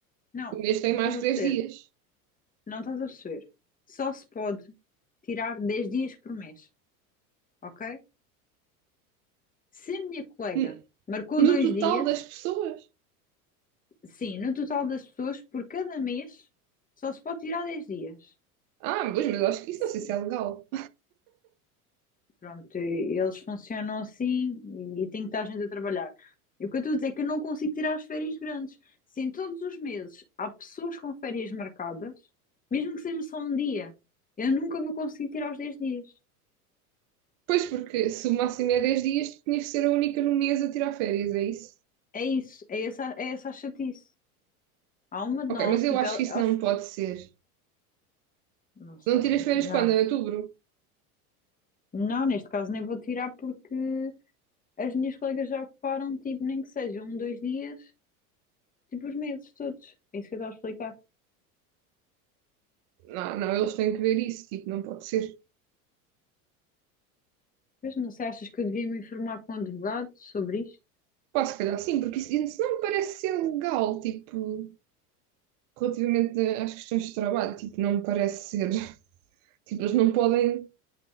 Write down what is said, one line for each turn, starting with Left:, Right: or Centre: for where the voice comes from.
Left: Não,
Right: O mês tem
Left: não
Right: mais
Left: vai
Right: que 10
Left: ser.
Right: dias.
Left: Não estás a perceber. Só se pode tirar 10 dias por mês, ok? Se a minha colega
Right: N-
Left: marcou
Right: No
Left: dois
Right: total
Left: dias,
Right: das pessoas.
Left: sim, no total das pessoas, por cada mês, só se pode tirar 10 dias.
Right: Ah, pois, mas acho que isso
Left: Sim.
Right: não sei se é legal.
Left: Pronto, e- eles funcionam assim e tem que estar gente a trabalhar. E o que eu estou a dizer é que eu não consigo tirar as férias grandes. Se em todos os meses há pessoas com férias marcadas, mesmo que seja só um dia, eu nunca vou conseguir tirar os 10 dias.
Right: Pois, porque se o máximo é 10 dias, tu tinhas que ser a única no mês a tirar férias, é isso?
Left: É isso, é essa, é essa a chatice. Há uma de
Right: Ok,
Left: nós,
Right: mas eu
Left: tipo,
Right: acho
Left: ela,
Right: que isso
Left: ela-
Right: não pode ser. Se
Left: não sei,
Right: não tiras férias
Left: não.
Right: quando? Em outubro?
Left: Não, neste caso nem vou tirar porque as minhas colegas já ocuparam, tipo, nem que seja um, dois dias, tipo, os meses todos. É isso que eu estava a explicar.
Right: Não, não, eles têm que ver isso, tipo, não pode ser.
Left: Pois não sei, achas que eu devia me informar com o advogado sobre isto?
Right: Pá, se calhar sim, porque isso, isso não me parece ser legal, tipo, relativamente às questões de trabalho, tipo, não me parece ser. <laughs> Tipo, eles não podem,